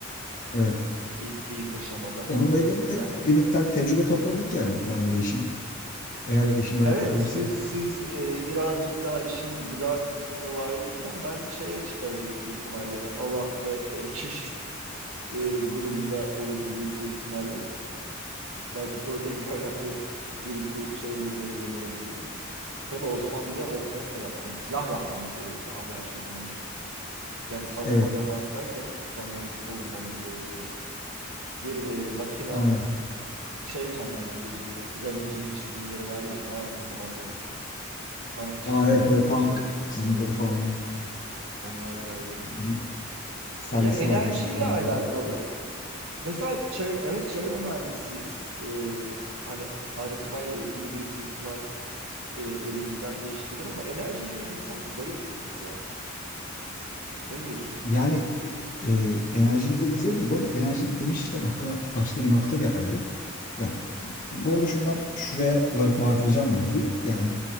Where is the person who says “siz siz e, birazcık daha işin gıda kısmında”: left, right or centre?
Right